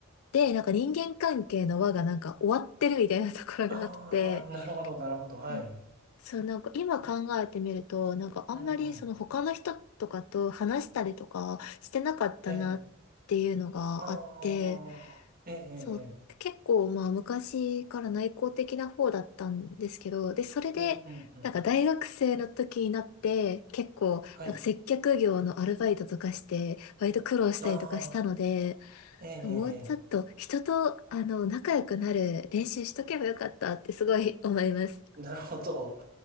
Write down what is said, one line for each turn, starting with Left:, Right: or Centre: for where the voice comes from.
Left: で、なんか人間関係の輪がなんか終わってるみたいなところがあって、
Right: ああ、なるほど、なるほど。はい。
Left: うんそう、なんか今考えてみると、なんかあんまりその他の人とかと話したりとかしてなかったなっていうのがあって、
Right: うんうん。ええ、ああ、ええ、ええ、
Left: そう、
Right: ええ
Left: 結構まあ昔から内向的な方だったんですけど、で、それで、
Right: うんうんうん。
Left: なんか大学生の時になって、結構、
Right: はい。
Left: なんか接客業のアルバイトとかして、割と苦労したりとかしたので、
Right: ああ、ええ、え
Left: もうちょっと人と、
Right: え、え
Left: あの、仲良くなる練習しとけばよかったってすごい思います。
Right: え <laughs> なるほど。